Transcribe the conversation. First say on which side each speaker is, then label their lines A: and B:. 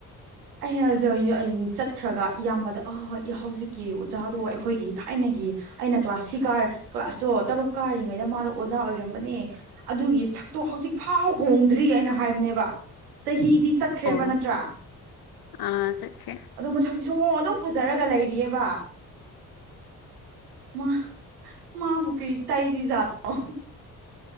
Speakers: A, on the right; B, on the left.
A: <unintelligible> ꯆꯠꯈ꯭ꯔꯒ ꯏꯌꯥꯝꯕꯗ ꯑꯥ ꯍꯧꯖꯤꯛꯀꯤ ꯑꯣꯖꯥꯗꯣ ꯑꯩꯈꯣꯏꯒꯤ ꯊꯥꯏꯅꯒꯤ ꯑꯩꯅ ꯀ꯭ꯂꯥꯁꯁꯤ ꯀꯥꯔꯥ ꯀ꯭ꯂꯥꯁꯇꯣ ꯇꯔꯨꯛ ꯀꯥꯔꯤꯉꯩꯗ ꯃꯥꯗꯣ ꯑꯣꯖꯥ ꯑꯣꯏ ꯕꯅꯦ ꯑꯗꯨꯒꯤ ꯁꯛꯇꯣ ꯍꯧꯖꯤꯛ ꯐꯥꯎ ꯍꯣꯡꯗ꯭ꯔꯤ ꯑꯩꯅ ꯍꯥꯏꯕꯅꯦꯕ ꯆꯍꯤꯗꯤ ꯆꯠꯈ꯭ꯔꯦꯕ
B: ꯑꯣ
A: ꯅꯠꯇ꯭ꯔꯥ?
B: ꯑꯥ ꯆꯠꯈ꯭ꯔꯦ
A: ꯑꯗꯣ ꯃꯁꯛꯇꯤ ꯁꯨꯝꯑꯣꯡ ꯑꯗꯨꯝ ꯐꯖꯔꯒ ꯂꯩꯔꯤꯌꯦꯕ ꯃꯥ ꯃꯥꯕꯨ ꯀꯔꯤ ꯇꯩꯔꯤꯖꯥꯠꯅꯣ?